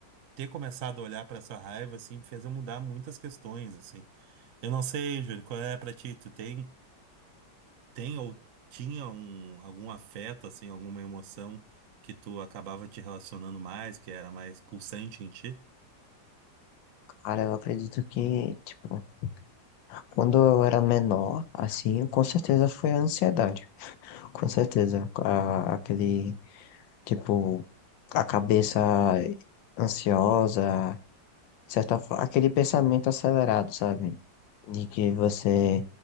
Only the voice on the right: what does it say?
ter começado a olhar para essa raiva, assim, fez eu mudar muitas questões, assim. Eu não sei, Júlio, qual é para ti? Tu tem, tem ou tinha um, algum afeto, assim, alguma emoção que tu acabava te relacionando mais, que era mais pulsante em ti?